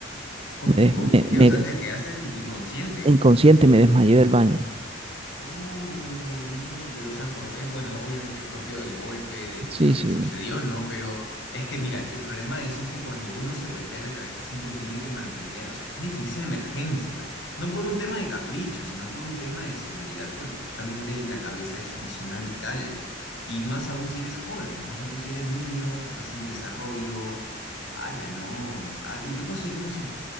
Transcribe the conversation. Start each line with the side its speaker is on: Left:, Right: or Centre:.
Left: ¿Cómo,
Right: Me, des-
Left: cómo-
Right: me-
Left: qué?
Right: me
Left: O sea,
Right: des-
Left: te quedaste tipo inconsciente.
Right: inconsciente me desmayé del baño.
Left: Uy, no, pero o sea, por, eh, bueno, obviamente es propio del golpe, del-
Right: Sí,
Left: de lo
Right: sí.
Left: que sucedió, ¿no? Pero es que mira, el problema de eso es que cuando uno se golpea la cabeza siempre tiene que mantener, o sea, tiene que irse de emergencia, no por un tema de capricho, sino por un tema de seguridad, porque justamente la cabeza es una zona vital, y más aún si eres joven, más aún si eres niño, que estás en desarrollo, ala, no, ala, ¿y qué pasó? ¿Y qué pasó?